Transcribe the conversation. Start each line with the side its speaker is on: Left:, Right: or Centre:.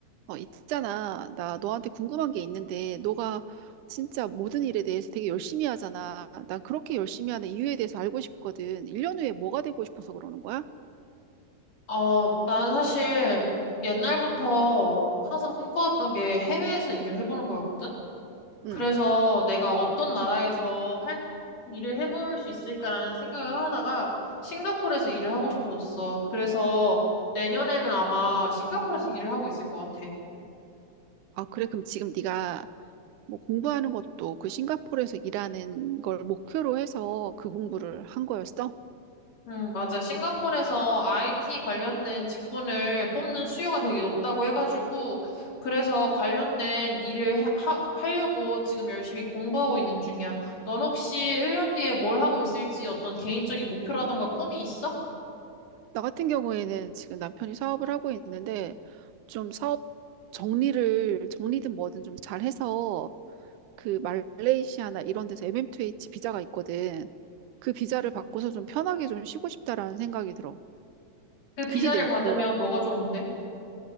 Right: 어, 있잖아. 나 너한테 궁금한 게 있는데, 너가 진짜 모든 일에 대해서 되게 열심히 하잖아. 난 그렇게 열심히 하는 이유에 대해서 알고 싶거든. 1년 후에 뭐가 되고 싶어서 그러는 거야?
Left: 어, 나는 사실 옛날부터 항상 꿈꿔왔던 게 해외에서 일을 해보는 거였거든?
Right: 응.
Left: 그래서 내가 어떤 나라에서 할, 일을 해볼 수 있을까라는 생각을 하다가 싱가포르에서 일을 하고 싶어졌어. 그래서 내년에는 아마 싱가포르에서 일을 하고 있을 것 같아.
Right: 아, 그래. 그럼 지금 네가 뭐 공부하는 것도 그 싱가포르에서 일하는 걸 목표로 해서 그 공부를 한 거였어?
Left: 음, 맞아. 싱가포르에서 IT 관련된 직군을 뽑는 수요가 되게 높다고 해가지고, 그래서 관련된 일을 하, 하려고 지금 열심히 공부하고 있는 중이야. 넌 혹시 1년 뒤에 뭘 하고 있을지 어떤 개인적인 목표라던가 꿈이 있어?
Right: 나 같은 경우에는 지금 남편이 사업을 하고 있는데, 좀 사업 정리를, 정리든 뭐든 좀 잘해서 그 말레이시아나 이런 데서 MM2H 비자가 있거든. 그 비자를 받고서 좀 편하게 좀 쉬고 싶다라는 생각이 들어.
Left: 그 비자를
Right: 그게 내 목표야.
Left: 받으면 뭐가 좋은데?